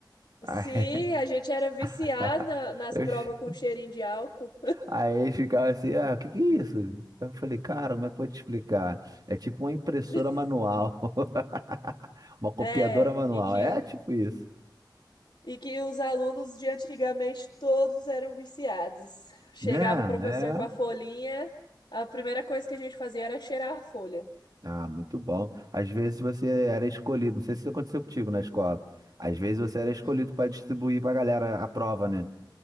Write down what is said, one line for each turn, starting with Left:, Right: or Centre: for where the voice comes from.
Right: Aí,
Left: Sim, a
Right: <laughs>
Left: gente era viciado na- nas
Right: eu,
Left: provas
Right: che-
Left: com cheirinho de álcool.
Right: aí eles ficavam assim, ah, o que que é isso? Eu falei, cara, como é que eu vou te explicar? É tipo uma impressora
Left: <laughs>
Right: manual, <laughs> uma copiadora
Left: É,
Right: manual,
Left: e que
Right: é tipo isso,
Left: E que os alunos de antigamente todos eram viciados. Chegava
Right: né?
Left: o professor
Right: É.
Left: com a folhinha, a primeira coisa que a gente fazia era cheirar a folha.
Right: Ah, muito bom. Às vezes você era escolhido, não sei se isso aconteceu contigo na escola. Às vezes você era escolhido
Left: Hum.
Right: para distribuir pra galera a prova, né?